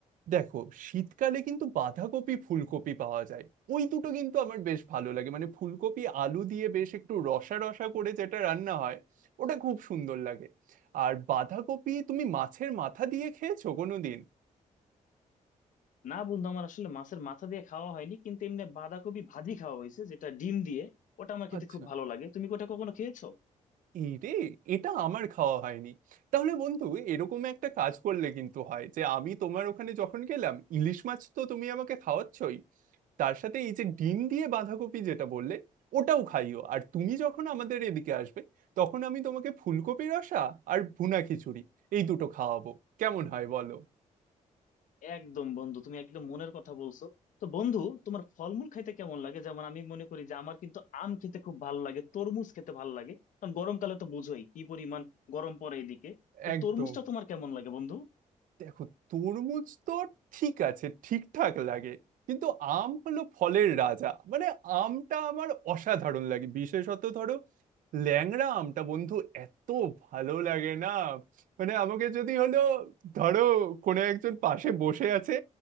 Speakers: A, on the right (about 85°); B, on the left (about 75°).
A: দেখো শীতকালে কিন্তু বাঁধাকপি ফুলকপি পাওয়া যায় ওই দুটো কিন্তু আমার বেশ ভালো লাগে মানে ফুলকপি আলু দিয়ে বেশ একটু রসা রসা করে যেটা রান্না হয় ওটা খুব সুন্দর লাগে আর বাঁধাকপি তুমি মাছের মাথা দিয়ে খেয়েছো কোনোদিন
B: না বন্ধু আমার আসলে মাছের মাথা দিয়ে খাওয়া হয়নি কিন্তু এমনি বাঁধাকপি ভাজি খাওয়া হয়েছে যেটা ডিম দিয়ে ওটা আমার খেতে
A: আচ্ছা
B: খুব ভালো লাগে তুমি কি ওটা কখনো খেয়েছো
A: এই রে এটা আমার খাওয়া হয়নি তাহলে বন্ধু এরকম একটা কাজ করলে কিন্তু হয় যে আমি তোমার ওখানে যখন গেলাম ইলিশ মাছ তো তুমি আমাকে খাওয়াচ্ছই তার সাথে এই যে ডিম দিয়ে বাঁধাকপি যেটা বললে ওটাও খাইও আর তুমি যখন আমাদের এদিকে আসবে তখন আমি তোমাকে ফুলকপি রসা আর ভুনা খিচুড়ি এই দুটো খাওয়াবো কেমন হয় বলো
B: একদম বন্ধু তুমি একদম মনের কথা বলছো তো বন্ধু তোমার ফলমূল খাইতে কেমন লাগে যেমন আমি মনে করি যে আমার কিন্তু আম খেতে খুব ভালো লাগে তরমুজ খেতে ভালো লাগে কারণ গরমকালে তো বুঝোই কি পরিমাণ গরম পড়ে এদিকে তো
A: একদম
B: তরমুজটা তোমার কেমন লাগে বন্ধু
A: দেখো তরমুজ তো ঠিক আছে ঠিকঠাক লাগে কিন্তু আম হলো ফলের রাজা মানে আমটা আমার অসাধারণ লাগে বিশেষত ধরো ল্যাংড়া আমটা বন্ধু এত ভালো লাগে না মানে আমাকে যদি হলো ধরো কোনো একজন পাশে বসে আছে